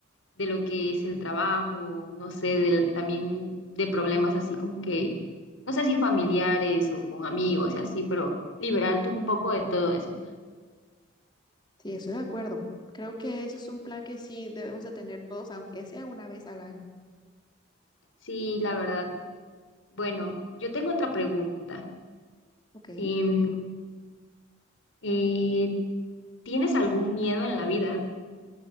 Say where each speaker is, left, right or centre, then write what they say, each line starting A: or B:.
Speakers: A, on the left; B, on the left.
A: de lo que es el trabajo, no sé, del, también de problemas así como que, no sé si familiares o con amigos y así, pero liberarte un poco de todo eso.
B: Sí, estoy de acuerdo. Creo que eso es un plan que sí debemos de tener todos, aunque sea una vez al año.
A: Sí, la verdad. Bueno, yo tengo otra pregunta.
B: Ok.
A: Em, eh, ¿tienes algún miedo en la vida?